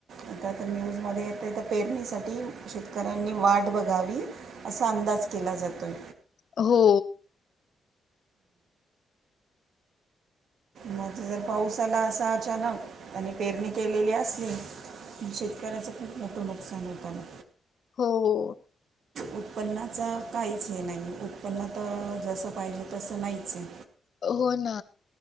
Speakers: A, on the right; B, on the left.
A: आता तर न्यूजमध्ये येतंय तर पेरणीसाठी शेतकऱ्यांनी वाट बघावी असा अंदाज केला जातोय
B: हो
A: म ते जर पाऊस आला असा अचानक आणि पेरणी केलेली असली पण शेतकऱ्याचं खूप मोठं नुकसान होतं ना
B: हो हो
A: उत्पन्नाचा काहीच हे नाहीये उत्पन्न तर जसं पाहिजे तसं नाहीच आहे
B: हो ना